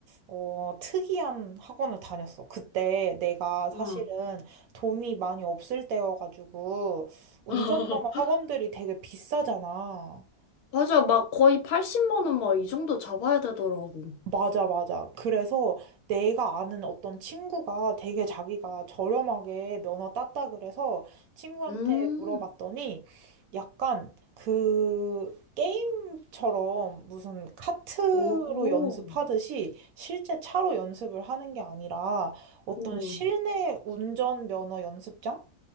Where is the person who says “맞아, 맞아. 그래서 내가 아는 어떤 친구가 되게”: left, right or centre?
Right